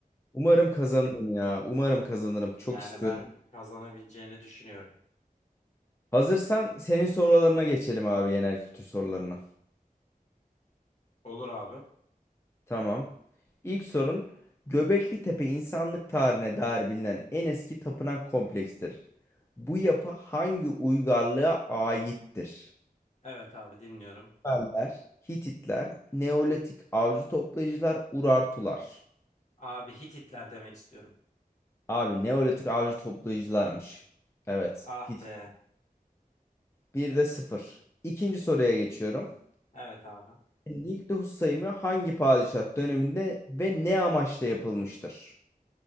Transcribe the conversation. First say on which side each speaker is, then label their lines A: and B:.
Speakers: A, on the left (about 15°); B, on the left (about 50°).
A: Umarım kazanırım ya. Umarım kazanırım. Çok
B: Yani
A: istiyorum.
B: ben kazanabileceğini düşünüyorum.
A: Hazırsan senin sorularına geçelim abi genel kültür sorularına.
B: Olur abi.
A: Tamam. İlk sorun Göbekli Tepe insanlık tarihine dair bilinen en eski tapınak komplekstir. Bu yapı hangi uygarlığa aittir?
B: Evet abi dinliyorum.
A: Sümerler, Hititler, Neolitik avcı toplayıcılar, Urartular.
B: Abi Hititler demek istiyorum.
A: Abi Neolitik avcı toplayıcılarmış. Evet.
B: Ah
A: Hitit.
B: be.
A: Bir de sıfır. İkinci soruya geçiyorum.
B: Evet abi.
A: İlk nüfus sayımı hangi padişah döneminde ve ne amaçla yapılmıştır?